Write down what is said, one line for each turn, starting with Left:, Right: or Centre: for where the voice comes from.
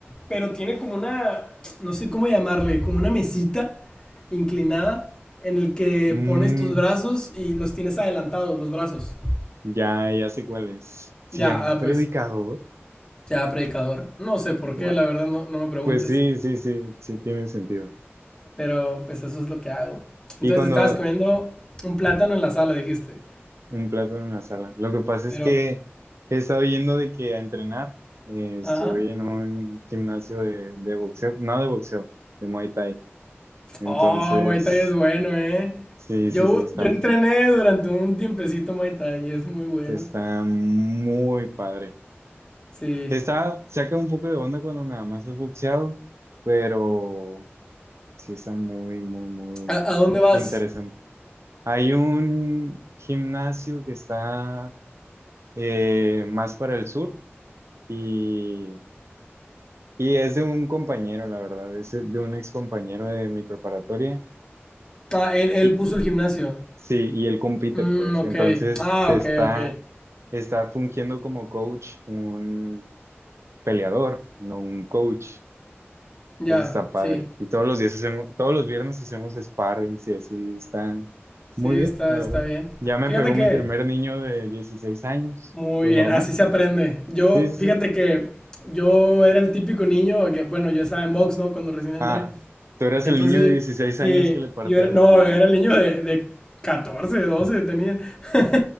Left: pero tiene como una... No sé cómo llamarle, como una mesita inclinada en el que
Right: Mm,
Left: pones tus brazos y los tienes adelantados, los brazos.
Right: ya, ya sé cuál es. Se
Left: Ya,
Right: llama
Left: ah,
Right: predicador.
Left: pues sea predicador. No sé por
Right: Wow.
Left: qué, la verdad, no, no me preguntes.
Right: Pues sí, sí, sí, sí tiene sentido.
Left: Pero pues eso es lo que hago. Entonces
Right: Y cuando
Left: estabas comiendo un plátano en la sala, dijiste.
Right: un plato en la sala. Lo que pasa
Left: Pero,
Right: es que he estado yendo de que a entrenar. eh, estoy
Left: ajá.
Right: en un gimnasio de, de boxeo, no de boxeo, de Muay Thai. Entonces,
Left: Oh, Muay Thai es bueno, ¿eh?
Right: sí,
Left: Yo,
Right: sí, sí, está,
Left: yo entrené durante un tiempecito Muay Thai y es muy bueno.
Right: está muy padre.
Left: Sí.
Right: Está, saca un poco de onda cuando nada más es boxeado, pero sí está muy, muy, muy
Left: ¿A, a dónde vas?
Right: interesante. Hay un gimnasio que está eh, más para el sur y, y es de un compañero, la verdad, es de un ex compañero de mi preparatoria.
Left: Ah, él, él
Right: Y
Left: puso el gimnasio.
Right: sí, y él compite,
Left: Mm,
Right: pues.
Left: ok.
Right: Entonces
Left: Ah,
Right: te
Left: ok,
Right: está,
Left: ok.
Right: está fungiendo como coach un peleador, no un coach.
Left: Ya,
Right: Entonces está padre.
Left: sí.
Right: Y todos los días hacemos, todos los viernes hacemos sparrings y así están
Left: Sí,
Right: muy bien,
Left: está,
Right: la
Left: está
Right: verdad.
Left: bien.
Right: Ya me
Left: Fíjate
Right: pegó
Left: que
Right: mi primer niño de 16 años,
Left: Muy
Right: lo
Left: bien,
Right: normal.
Left: así se aprende. Yo,
Right: Sí, sí,
Left: fíjate
Right: sí.
Left: que yo era el típico niño que, bueno, yo estaba en box, ¿no? Cuando recién entré.
Right: Ah, tú eras
Left: Entonces,
Right: el niño
Left: yo,
Right: de dieciséis
Left: sí,
Right: años que le partía.
Left: yo era, no,
Right: Ah,
Left: era el niño de, de 14, 12 tenía. <laughs>